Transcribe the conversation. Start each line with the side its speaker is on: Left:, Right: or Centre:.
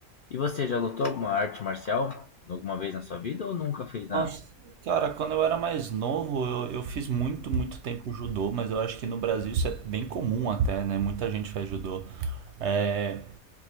Left: E você já lutou alguma arte marcial alguma vez na sua vida ou nunca fez
Right: Nossa,
Left: nada?
Right: cara, quando eu era mais novo, eu, eu fiz muito, muito tempo judô, mas eu acho que no Brasil isso é bem comum até, né? Muita gente faz judô. é